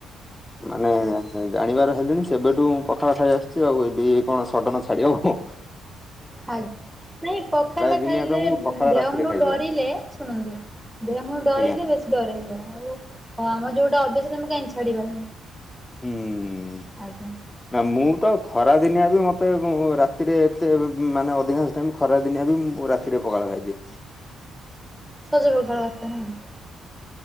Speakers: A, on the left (about 15°); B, in the centre.
A: ମାନେ ଜାଣିବାର ହେଲିଣି ସେବେଠୁ ମୁଁ ପଖାଳ ଖାଇ ଆସୁଛି ଆଉ ଏବେ ଏ କଣ ସଡ଼ନ ଛାଡିହେବ।
B: ଆଜ୍ଞ୍, ନାଇଁ ପଖାଳଟା
A: ଦିନିଆ
B: ଖାଇଲେ
A: ତ ମୁଁ ପଖାଳ
B: ଦେହମୁଣ୍ଡକୁ
A: ରାତିରେ ଖାଇଦିଏ
B: ଡରିଲେ ଶୁଣନ୍ତୁ ଦେହ ମୁ <inaudible> ଡରିଲେ
A: ଆଜ୍ଞା
B: ବେଶୀ ଡରେଇବ ଆଉ ଆମର ଯୋଉଟା ଅଭ୍ୟାସ୍ <inaudible> କାହିଁ ଛାଡିିବ,
A: ହୁଁ।
B: ଆଜ୍ଞା।
A: ନା ମୁଁ ତ ଖରାଦିନିଆ ବି ମୋତେ ରାତିରେ ଏତେ ମାନେ ଅଧିକାଂଶ ଟାଇମ୍ ଖରାଦିନିଆ ବି ମୁଁ ମୁଁ ରାତିରେ ପଖାଳ ଖାଇଦିଏ।
B: <unintelligible>